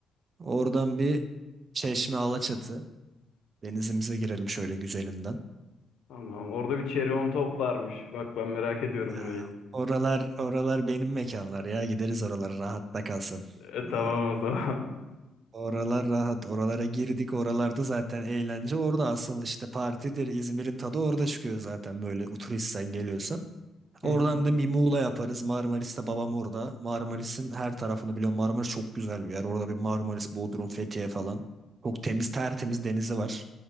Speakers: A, on the right (about 45°); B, on the left (about 75°).
A: Oradan bir Çeşme Alaçatı. Denizimize girelim şöyle güzelinden.
B: Tamam. Orada bir cherry on top varmış. Bak ben merak ediyorum
A: Ah,
B: orayı.
A: Oralar oralar benim mekanlar ya. Gideriz oralara rahatta kalsın.
B: E, tamam
A: Aa,
B: o zaman.
A: Oralar rahat. Oralara girdik. Oralarda zaten eğlence. Orada asıl işte partidir. İzmir'in tadı orada çıkıyor zaten böyle turisten geliyorsan. Oradan
B: <laughs> Hı hı.
A: da bir Muğla yaparız. Marmaris'te babam orada. Marmaris'in her tarafını biliyorum. Marmaris çok güzel bir yer. Orada bir Marmaris, Bodrum, Fethiye falan. Çok temiz, tertemiz denizi var.